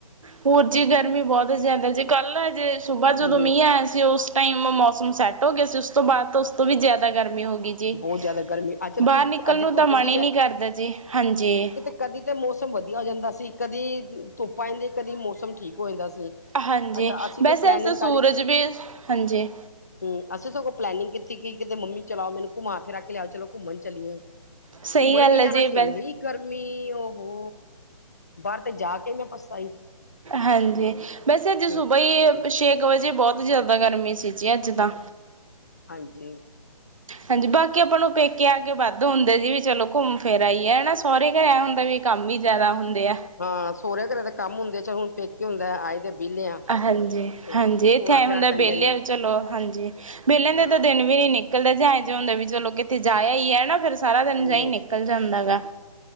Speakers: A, on the right; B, on the left.
A: ਪੂਜੀ ਗਰਮੀ ਬੋਤ ਜ਼ਿਆਦਾ ਜੀ ਕੱਲ੍ਹ ਆ ਜੇ ਸੁਬਾ ਜਦੋਂ
B: ਹੂੰ
A: ਮੀਂ ਆਇਆ ਸੀ ਉਸ ਟਾਈਮ ਮੋਸਮ ਸੈੱਟ ਓ ਗਿਆ ਸੀ ਉਸ ਤੋਂ ਬਾਦ ਤਾਂ ਉਸ ਤੋਂ ਵੀ ਜਿਆਦਾ ਗਰਮੀ ਹੋ ਗਈ ਜੀ,
B: ਬਹੁਤ ਜ਼ਿਆਦਾ ਗਰਮੀ ਅੱਜ
A: ਬਾਰ
B: ਧੁੱਪ
A: ਨਿਕਲ
B: ਅੱਜ
A: ਨੂੰ
B: ਧੁੱਪ
A: ਤਾਂ ਮਨ
B: ਵੀ
A: ਈ
B: ਜਾ
A: ਨਈ ਕਰਦਾ ਜੀ, ਹਾਂਜੀ।
B: ਇੱਕ ਤੇ ਕਦੀ ਤੇ ਮੋਸਮ ਵਦੀਆ ਹੋ ਜਾਂਦਾ ਸੀ, ਕਦੀ ਧੁੱਪ ਆਂਏ ਦੀ ਮੋਸਮ ਠੀਕ ਹੋਏਂਦਾ ਸੀ।
A: ਹਾਂਜੀ,
B: ਅੱਛਾ ਅਸੀਂ
A: ਵੈਸੇ
B: ਤੇ ਪਲੈਨਿੰਗ
A: ਅੱਜ ਤਾਂ ਸੂਰਜ ਵੀ, ਹਾਂਜੀ।
B: ਹੁੰ, ਅਸੀਂ ਸਗੋਂ ਪਲੈਨਿੰਗ ਕੀਤੀ ਕਿ ਕਿਦੇ ਮੰਮੀ ਚੱਲ ਆਓ ਮੈਨੂੰ ਘੁੰਮਾ ਫਿਰਾ ਕੇ ਲੇਆਓ ਚਲੋ ਘੁੰਮਣ ਚਲੀਏ।
A: ਸਹੀ
B: ਘੁੰਮਣ
A: ਗੱਲ
B: ਕੀ
A: ਹੈ
B: ਜਾਣਾ
A: ਜੀ
B: ਸੀ
A: ਵੈਸ
B: ਇੰਨੀ ਗਰਮੀ ਓਹੋ, ਬਾਰ ਤੇ ਜਾ ਕੇ ਮੈਂ ਪਛਤਾਈ।
A: ਹਾਂਜੀ, ਵੈਸੇ ਅੱਜ
B: ਹੂੰ
A: ਸੁਬਹ ਈ ਛੇ ਕੁ ਵਜੇ ਬੋਤ ਜਿਆਦਾ ਗਰਮੀ ਸੀ ਜੀ ਅੱਜ ਤਾਂ
B: ਹਾਂਜੀ।
A: ਹਾਂਜੀ ਬਾਕੀ ਆਪਾਂ ਨੂੰ ਪੇਕੇ ਆ ਕੇ ਵਾਧੁ ਹੁੰਦਾ ਜੀ, ਵੀ ਚਲੋ ਘੁੰਮ-ਫਿਰ ਆਈਏ ਐ ਨਾ। ਸੋਹਰੇ ਘਰ ਐ ਹੁੰਦਾ ਵੀ ਕੰਮ ਈ ਜ਼ਿਆਦਾ ਹੁੰਦੇ ਆ।
B: ਹਾਂ ਸੋਹਰੇ ਘਰੇ ਦੇ ਕੰਮ ਹੁੰਦੇ ਆ ਚੱਲ ਹੁਣ ਪੇਕੇ ਹੁੰਦਾ ਆਏ ਦੇ ਵਿਹਲੇ ਆ।
A: ਹਾਂਜੀ
B: ਤੇ
A: ਹਾਂਜੀ ਇੱਥੇ
B: ਤੋਰਾ
A: ਐਂ
B: ਫੇਰਾ
A: ਹੁੰਦਾ
B: ਕਰੀ
A: ਵਿਹਲਿਆ
B: ਜਾਂਦੇ ਆ
A: ਵੀ ਚਲੋ ਹਾਂਜੀ ਵਿਹਲਿਆਂ ਦੇ
B: ਹਾਂ
A: ਤਾਂ ਦਿਨ ਵੀ ਨਹੀਂ ਨਿਕ ਕੱਲੇ ਆ ਜ ਇਹ ਜਾ ਹੁੰਦਾ ਵੀ ਚਲੋ ਕਿਤੇ ਜਾ ਆਇਏ ਹੈ ਨਾ ਫਿਰ ਸਾਰਾ ਦਿਨ
B: ਹੂੰ।
A: ਜ ਹੀ ਨਿਕਲ ਜਾਂਦਾ ਹੈਗਾ